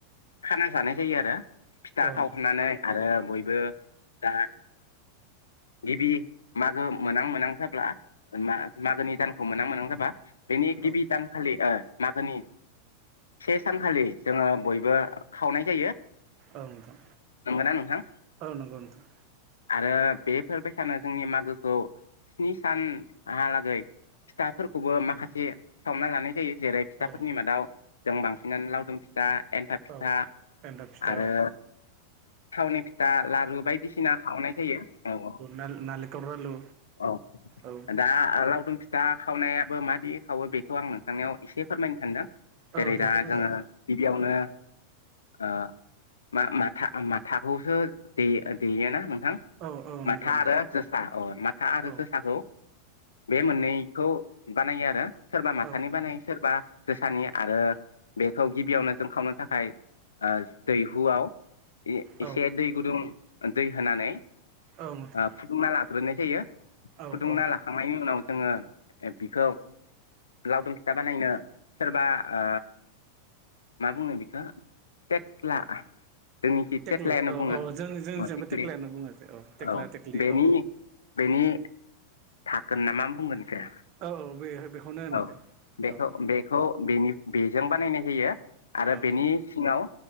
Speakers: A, on the left; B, on the right.
A: खाना जानाय जायो आरो फिथा खावखांनानै
B: नोंथां
A: आरो बय बो दा गिबि मागो मोनां मोनां जाब्ला मा मागोनि दानखौ मोनहां मोनांहां जाबा बेनि गिबि
B: औ
A: दानखालि ओ मागोनि से सानखालि जोङो बयबो खावनाय जायो।
B: औ नोथां
A: नंगौना नोंथां
B: औ नंगौ नोंथां।
A: आरो बेफोरबायसानो जोंनि मागोखौ स्नि सान हालागै फिथाफोरखौबो माखासे सावना लानाय जायो। जेरै फिथाफोरनि
B: औ
A: मादाव जों बांसिनानो लावदुम फिथा एन्थाब फिथ
B: औ
A: था
B: एन्थाब फिथा
A: आरो
B: औ
A: थावनि फि थां लारु बायदिसिना खावनाय जायो औ औ।
B: ना नालिखर लारु
A: औ
B: औ।
A: दा लावदुम फिथा खावनायाबो मादि खावो बेखौ आं नोंथांनिाव एसे फोरमायनो सानदों। जेरै
B: औ दे
A: दा
B: फोरमायजागोन
A: जोङो गिबियावनो ओ मा माथा माथाखौसो दे देयोना नों
B: औ औ।
A: माथा
B: नंगौ नोंथां
A: आरो जोसा अ माथा आरो
B: औ
A: जोसाखौ बे मोननैखौ बानायो आरो सोरबा माथानि
B: औ
A: बानायो सोरबा जोसानि आरो बेखौ गिबियावनो जों खावनो थाखाय ओ दैहुआव ए-एसे
B: औ
A: दै गुदुं दै होनानै
B: औ नोंथां
A: ओ फुदुंना लाग्रोनाय जायो।
B: औ
A: फुदुंना
B: औ
A: लाखांनायनि उनाव जोंङो बिखौ लावदुम फिथा बानायनो सोरबा ओ मा बुङो बिखो टेक्ला जोंनिखि
B: थेख्लि
A: टेक्लायानो
B: औ
A: बुंङो
B: औ जोंनि जोंनिजोंबो
A: ओ टिखलि।
B: थेख्लियानो बुङो जे थेख्ला
A: औ
B: थेख्लि
A: बेनि
B: औ
A: बेनि धाकोन ना मा बुंगोन <unintelligible>
B: औ औ बे बेखौनो होनो
A: औ
B: दे
A: बेखौ
B: औ
A: बेखौ बेनि बेजों बानायनाय जायो आरो
B: औ
A: बेनि सिंङाव